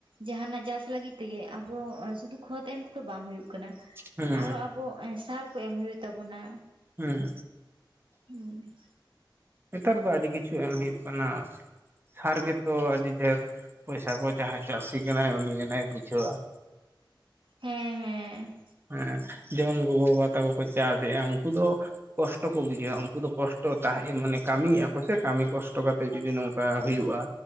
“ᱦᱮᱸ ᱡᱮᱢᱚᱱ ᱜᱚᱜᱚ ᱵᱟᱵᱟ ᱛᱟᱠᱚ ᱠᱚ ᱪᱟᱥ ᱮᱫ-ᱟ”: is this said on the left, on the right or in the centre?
Right